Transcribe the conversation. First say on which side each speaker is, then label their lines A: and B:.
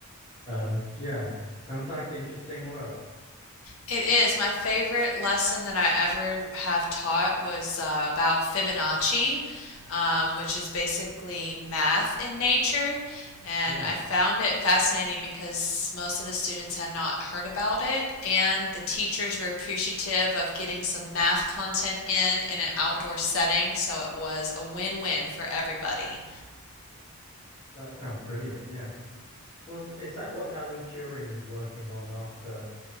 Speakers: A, on the left (about 15°); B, on the left (about 60°).
A: um, yeah, sounds like interesting work.
B: It is. My favorite lesson that I ever have taught was uh, about Fibonacci, um, which is basically math in nature. And
A: Yeah,
B: I found it fascinating because most of the students had not heard about it, and the teachers were appreciative of getting some math content in in an outdoor setting, so it was a win-win for everybody.
A: that sounds brilliant. Yes. Was is that what Alan Turing was working on after